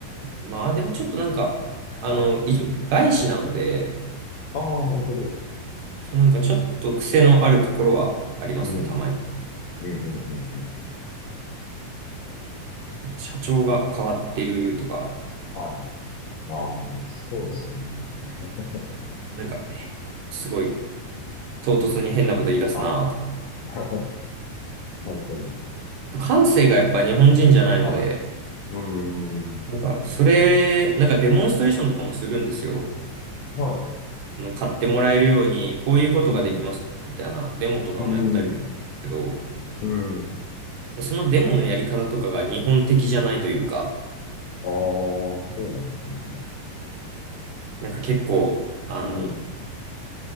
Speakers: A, on the right; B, on the left.
A: まあ、でもちょっとなんか、あの、
B: はい。
A: 一応外資なので、
B: ああ、なるほど。
A: そうなんかちょっと癖のあるところはありますね、
B: うん。
A: たまに。
B: うん、うん、うん、うんうん。
A: 社長が変わってるとか、
B: はい。ああ、そうですよね。<laughs>
A: なんか、へすごい唐突に変なこと言い出すなとか。
B: はい。<laughs> なるほど。
A: 感性がやっぱ日本人じゃないので、
B: はい。うーん。
A: なんか、それ、なんかデモンストレーションとかもするんですよ。
B: はい。
A: の買ってもらえるように、こういうことができます、
B: うん。
A: みたいなデモとかもやったりするけど、
B: うん。うん。
A: そのデモのやり方とかが日本的じゃないというか、
B: ああ、そうなんですね。
A: なんか結構、あの、
B: うん。